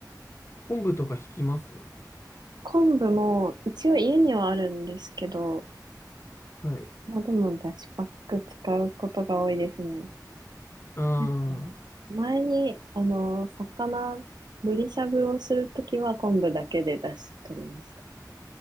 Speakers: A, on the left; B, on the right.
A: 昆布とか引きます
B: 昆布も一応家にはあるんですけど、
A: はい。
B: まあでもだしパック使うことが多いですね。
A: ああ。
B: なんか、前に、あの、魚、ブリしゃぶをするときは昆布だけでだし取りました。